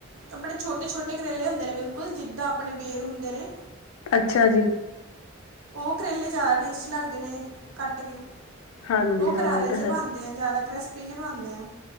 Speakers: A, on the right; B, on the left.
A: ਆਪਣੇ ਛੋਟੇ-ਛੋਟੇ ਕਰੇਲੇ ਹੁੰਦੇ ਨੇ ਬਿਲਕੁਲ ਜਿੱਦਾਂ ਆਪਣੇ ਬੇਰ ਹੁੰਦੇ ਨੇ
B: ਅਛਾ ਜੀ।
A: ਓ ਕਰੇਲੇ ਜਾਦਾ ਟੇਸਟੀ ਲਾੱਗਦੇ ਨੇ, ਕਾੱਟ ਕੇ
B: ਹਾਂਜੀ
A: ਓ
B: ਹਾਂ
A: ਕਰਾਰੇ
B: ਇਹ ਤਾਂ
A: ਜੇ
B: ਹੈ
A: ਬਾਨ ਜਾਦਾ ਕ੍ਰੇਸਪੀ ਜੇ ਬਾਨਦੇ ਆ।